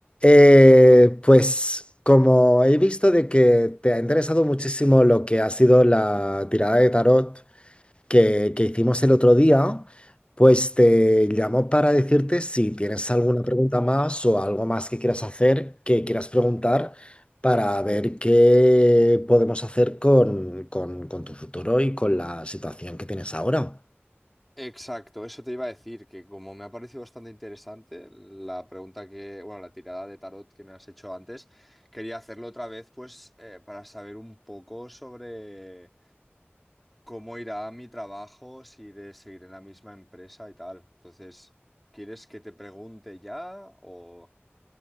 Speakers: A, on the left (about 25°); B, in the centre.
A: Eh, pues como he visto de que te ha interesado muchísimo lo que ha sido la tirada de tarot que, que hicimos el otro día, pues te llamo para decirte si tienes alguna pregunta más o algo más que quieras hacer, que quieras preguntar, para ver qué podemos hacer con, con con tu futuro y con la situación que tienes ahora.
B: Exacto, eso te iba a decir, que como me ha parecido bastante interesante la pregunta que, bueno, la tirada de tarot que me has hecho antes, quería hacerlo otra vez, pues, eh, para saber un poco sobre cómo irá mi trabajo, si iré seguir en la misma empresa y tal. Entonces, ¿quieres que te pregunte ya o...?